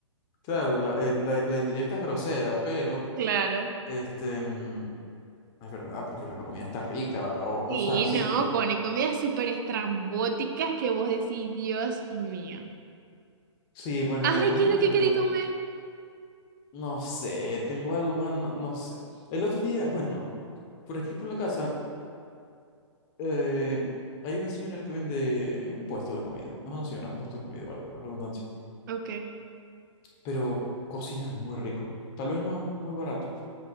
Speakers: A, on the left (about 25°); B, on the right (about 40°).
A: Claro, la, el- la- la indirecta es grosera, pero
B: Claro.
A: este mm, es verdad, porque la comida está rica o cosas
B: Sí,
A: así,
B: no,
A: pues.
B: ponen comidas súper estrambóticas que vos decís, Dios mío.
A: Sí, bueno,
B: Ay,
A: volviendo
B: ¿qué es
A: al
B: lo
A: punto.
B: que queréis comer?
A: No sé, tengo algo, gan- no no sé. El otro día, bueno, por aquí por la casa, eh, hay una señora que vende, es un puesto de comida, no es una señora, es un puesto de comida, valga la redundancia,
B: Ok.
A: pero cocina muy rico. Tal vez no es muy barato,